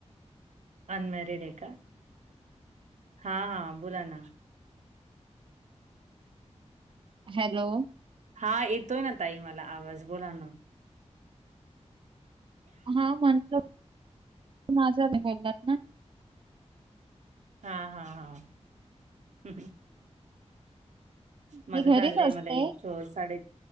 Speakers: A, on the right; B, on the right.
A: अनमॅरीड ये का? हा हा बोला ना.
B: हॅलो.
A: हा येतोय ना ताई मला आवाज बोलाणं.
B: हा म्हंटलं. <unintelligible>
A: हा हा हा, हम. माझं
B: मी
A: झालंय
B: घरीच असते.
A: मला एक स साडे,